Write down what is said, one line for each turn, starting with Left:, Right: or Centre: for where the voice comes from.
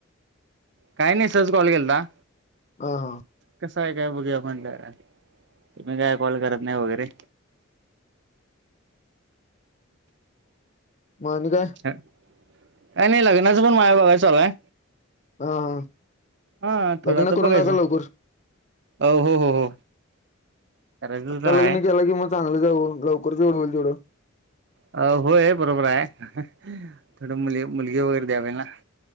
Right: काही नाही सहज कॉल केेलता
Left: ह हां
Right: कसं आहे काय बघूया म्हणलं तुम्ही मी काय कॉल करत नाही वगैरे
Left: मग आणि काय
Right: काय नाही लग्नाचं पण माझ्या बघाय चालू आहे
Left: हा हा
Right: हा थोडं
Left: लग्न
Right: तर
Left: करून
Right: बघायचं
Left: टाका लवकर
Right: हो हो हो हो करायचं
Left: आत्ता
Right: तर
Left: लग्न
Right: आहे
Left: केला की मग चांगलंच आहे ओ लवकरच जेवढं होईल तेवढं
Right: अ होय बरोबर आहे थोडं मुली मुलगी वगैरे द्यावेल ना